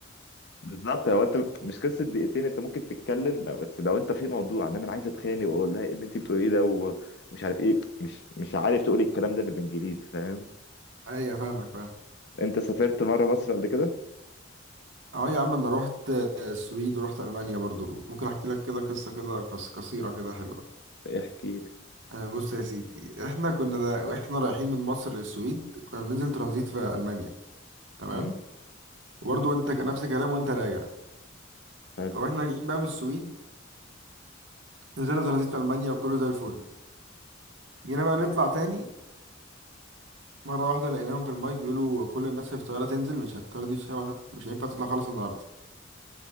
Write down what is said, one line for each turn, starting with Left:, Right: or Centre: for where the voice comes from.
Left: بالظبط هو انت مش قصه دقيقتين انت ممكن تتكلم لو بس لو انت في موضوع ان انا عايز اتخانق واقول لها ايه اللي انت بتقوليه ده ومش عارف ايه مش مش عارف تقولي الكلام ده بالانجليزي فاهم
Right: ايوه فاهمك فاهم
Left: انت سافرت مره مصر قبل كده
Right: اه يا عم انا رحت السويد ورحت المانيا برضو ممكن احكي لك كده قصة كده قص- قصيرة كده حلوة
Left: احكي لي
Right: آه، بص يا سيدي احنا كنا دا واحنا رايحين من مصر للسويد كنا بننزل ترانزيت في المانيا تمام
Left: امم
Right: وبرضه انت كان نفس الكلام وانت راجع
Left: حلو
Right: فاحنا راجعين بقى من السويد نزلنا ترانزيت في المانيا وكله زي الفل جينا بقى نطلع تاني مره واحده لقيناهم في المايك بيقولوا كل الناس في الطياره تنزل مش هتطير دي مش هينفع مش هينفع تطلع خالص النهارده